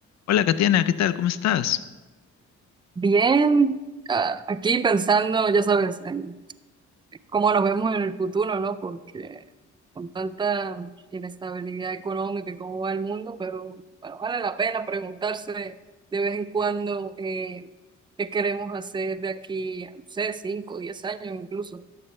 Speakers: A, on the left; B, on the right.
A: Hola, Katiana, ¿qué tal? ¿Cómo estás?
B: Bien, ah, aquí pensando, ya sabes, en cómo nos vemos en el futuro, ¿no? Porque con tanta inestabilidad económica y cómo va el mundo, pero bueno, vale la pena preguntarse de vez en cuando eh, qué queremos hacer de aquí, no sé, 5 10 años incluso.